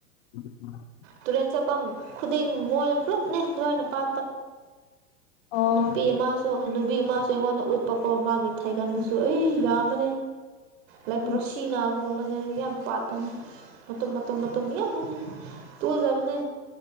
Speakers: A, on the left; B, on the right.
A: ꯎꯝ ꯎꯝ ꯎꯝ
B: ꯇꯨꯔꯦꯟ ꯆꯠꯐꯝ ꯈꯨꯗꯤꯡ ꯃꯣꯏ ꯄꯨꯂꯞꯅꯦ ꯑꯗꯨꯃꯥꯏꯅ ꯄꯥ
A: ꯑꯣ
B: ꯅꯨꯄꯤ ꯑꯃꯃꯁꯨ ꯅꯨꯄꯤꯃꯁꯨ ꯑꯩꯉꯣꯟꯗ ꯎꯠꯄꯀꯣ ꯃꯥꯒꯤ ꯊꯥꯏꯒꯥꯟꯗꯁꯨ
A: ꯎꯝ
B: ꯑꯩ ꯌꯥꯝ ꯃ ꯂꯥꯏ
A: ꯎꯝ
B: ꯄ꯭ꯔꯣꯁꯤꯅꯕꯕꯨ ꯃ ꯌꯥꯝ ꯄꯥꯇꯅ ꯃꯇꯨꯝ ꯃꯇꯨꯝ ꯌꯦꯗꯅ ꯇꯨꯖꯕꯅꯦ